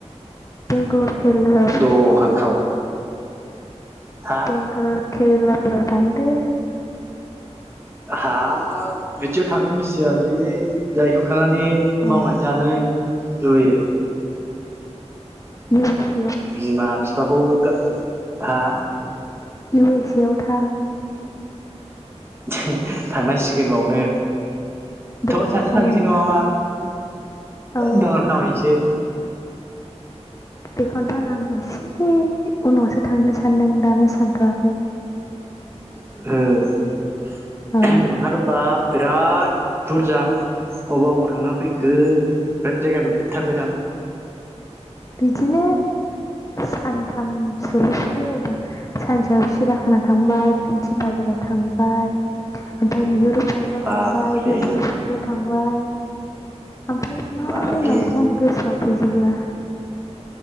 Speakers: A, on the left (about 30°); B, on the right (about 20°).
A: बेंगलर खेलराफोराव
B: दखानफ्राव
A: थांदो
B: हा
A: बेंकारा केरेलाफोराव थांदो
B: हाब बिदियाव थांनो गोसोजायालै जायगायावनो थाना नि
A: अ
B: मावनानै जानो जयो
A: <inaudible>
B: बिमा बिफाखौ गा हा
A: इउ एस ए आव थां
B: <unintelligible> थांनांसि गिरबावनो थ
A: डलार
B: सानजों
A: खामायहै
B: थांनोसै नङाबा
A: अ
B: दलार खामायसै
A: बेखौनथन आं एसे उनावसो थांनो सानदों दानो सानथवाखै
B: <unintelligible>
A: औ
B: नोंहाथ बाब बिराद बुरजा अबाव अबाव थांना फैखो बिराद जायगा नुथारबायदां
A: बिदिनो सानथामसोल सो बेरायदों सानसेयाव सिराखाना थांबाय फिन्सि बाजाराव थांबाय ओमफ्राय निहुर पार्कआव
B: बाब्रे
A: थांबाय दिब्रुरियाव थांबाय बाय ओमफ्राय मा
B: बाब्रे
A: मा जायगा मोनथाय आं गोसोआव गैजोबला